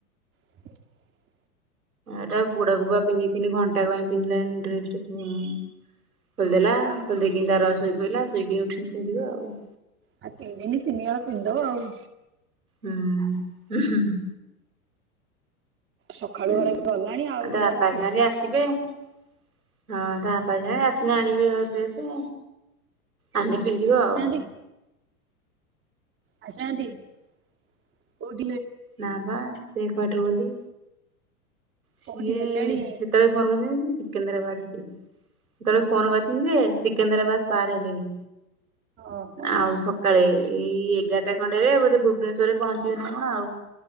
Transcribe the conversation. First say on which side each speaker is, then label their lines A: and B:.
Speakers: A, on the right (about 25°); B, on the right (about 80°).
A: <inaudible>
B: ଏଟା ପୋଡାକୁ ବା ପିନ୍ଧି ଘଣ୍ଟା ପାଇଁ ପିନ୍ଧିଲାଣି ଡ୍ରେସ ଟା ଖୋଲିଦେଲା ଖୋଲି ଦେଇକି ତାର ଶୋଇ ପିଲା ଶୋଇକ ଉଠିକି ପିନ୍ଧିବ ଆଉ
A: ଆଉ ତିନିଦିନି ତିନିିହଳ ପିନ୍ଧି ଦବ ଆଉ
B: ହୁଁ ଉଁ ହୁଁ ହୁଁ।
A: ସକାଳୁ
B: ଉଁ
A: ହଳେ ଗଲାଣି ଆଉ
B: ତା
A: ଦି
B: ବାପାଙ୍କ
A: ହଳ ପି
B: ସାଙ୍ଗରେ ଆସିବେ ହଁ ତା ବା ପାଇସାଇଲେଣି ଆସିଲେ ଆଣିବେ ଡ୍ରେସେ। ଆମେ ପିନ୍ଧିବ
A: ଆସିନାହାନ୍ତି
B: ଆଉ
A: <inaudible> ଆସିନାହାନ୍ତି। <unintelligible>
B: ନାଁ ବା। ସେ ଏକାଠୀ ରୁହନ୍ତି। ସିଏ
A: କୋଉଠି ହେଲେଣି
B: ସେତେବେଳେ ଫୋନ କରିନାହାଁନ୍ତି ସିକେନ୍ଦ୍ରାବାଦ ହେଇଥିଲେ, ସେତେବେଳେ ଫୋନ କରିଥିଲି ଯେ ସିକେନ୍ଦ୍ରାବାଦ ପାର ହେଲେଣି।
A: ଓହୋ
B: ଆଉ ସକାଳେ ଏଇ ଏଗାରଟା ଖଣ୍ଡରେ ବୋଧେ ଭୁବ୍ ଭୁବେଶ୍ୱରରେ ପହଞ୍ଚିବେ ନା କଣ ଆଉ।